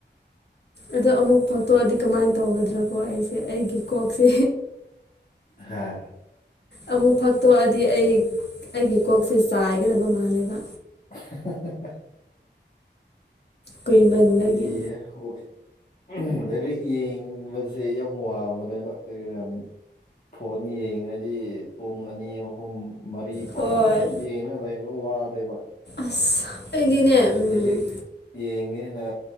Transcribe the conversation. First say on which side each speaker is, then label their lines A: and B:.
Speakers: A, on the left (about 65°); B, on the left (about 45°).
A: ꯑꯗꯣ ꯑꯃꯨꯛ ꯐꯛꯇꯣꯛꯑꯗꯤ ꯀꯃꯥꯏꯅ ꯇꯧꯒꯗ꯭ꯔꯥ ꯀꯣ ꯑꯩꯁꯦ ꯑꯩꯒꯤ ꯀꯣꯛꯁꯦ
B: ꯍꯥꯥ
A: ꯑꯃꯨꯛ ꯐꯛꯇꯣꯛꯑꯗꯤ ꯑꯩ ꯑꯩꯒꯤ ꯀꯣꯛꯁꯦ ꯆꯥꯏꯒꯗꯕ ꯃꯥꯜꯂꯦꯕ
B: <unintelligible>
A: ꯀꯨꯏꯃꯟꯕꯒꯤ
B: ꯑꯩꯌ ꯍꯣꯏ ꯗꯨꯗꯩꯗ ꯌꯦꯡꯕꯁꯦ ꯌꯥꯝ ꯋꯥꯕꯅꯦꯕ ꯀꯔꯤꯔꯥ ꯐꯣꯟ ꯌꯦꯡꯉꯗꯤ ꯄꯨꯡ ꯑꯅꯤ ꯑꯍꯨꯝ ꯃꯔꯤ ꯐꯥꯎ
A: ꯍꯣꯏ
B: ꯑꯗꯨꯝ ꯌꯦꯡꯉ ꯂꯩꯔ ꯋꯥꯗꯦꯕ
A: ꯑꯁ ꯑꯩꯗꯤꯅꯦ
B: ꯑꯁ
A: ꯎꯝ
B: ꯂꯤꯔꯤꯛ ꯌꯦꯡꯉꯦꯅ